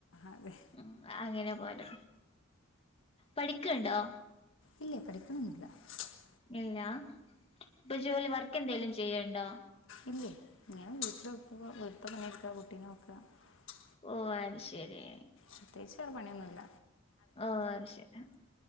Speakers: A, on the left; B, on the left.
A: അതെ
B: ഉ അങ്ങനെ പോലെ പഠിക്കണ്ടോ
A: <unintelligible>
B: ഇല്ല ഇപ്പൊ ജോലി വർക്ക് എന്തെലും ചെയ്യണ്ടോ
A: ഇല്ലേ ഞാൻ വീട്ടിൽ വെക്കുക വീട്ടിലത്തെ <unintelligible>
B: ഓ അത് ശരി
A: പ്രത്യേകിച്ച് വേറെപണിയൊന്നുല്ല
B: ഓ അത് ശരി ആഹ